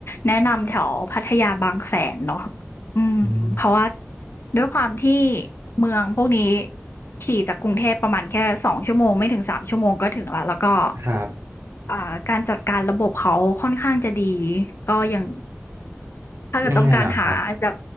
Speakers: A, on the left (about 55°); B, on the right (about 70°).
A: แนะนำแถวพัทยาบางแสนเนาะอืมเพราะว่า
B: อืม
A: ด้วยความที่เมืองพวกนี้ขี่จากกรุงเทพประมาณแค่สองชั่วโมงไม่ถึงสามชั่วโมงก็ถึงละแล้วก็
B: ครับ
A: อ่าการจัดการระบบเขาค่อนข้างจะดีก็อย่างถ้าเกิดต้องการหาจาก
B: ยังไงเหรอครับ